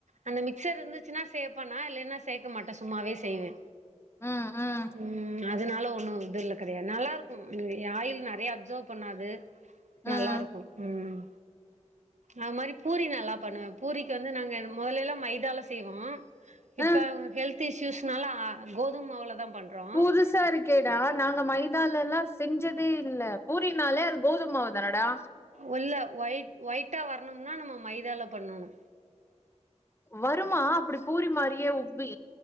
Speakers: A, on the right; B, on the left.
A: அந்த மிக்சர் இருந்துச்சுன்னா சேப்பே நா இல்லைன்னா சேக்க மாட்டே சும்மாவே செய்வே
B: ம் ம்
A: ம் அதனால ஒண்ணு இதுல கெடையாது நல்லாருக்கு ஏ ஆயில் நெறைய அப்சர்வ் பண்ணாது நல்லாருக்கு
B: ம் ம்
A: ம் அது மாரி பூரி நல்லா பண்ணுவே பூரிக்கு வந்து நாங்க முதலெல்லா மைதால செய்வோ இப்போ
B: அ
A: வ ஹெல்த் இஷ்யூஸ்னால அ கோதும மாவ்ல தா பண்றோ
B: புதுசாருக் கேடா நாங்க மைதால எல்லா செஞ்சதேல்ல பூரினாலே அது கோதும மாவு தானடா
A: உள்ள ஒயிட் ஒயிட்டா வரணும்னா நம்ம மைதால பண்ணணு
B: வருமா அப்டி பூரி மாரியே உப்பி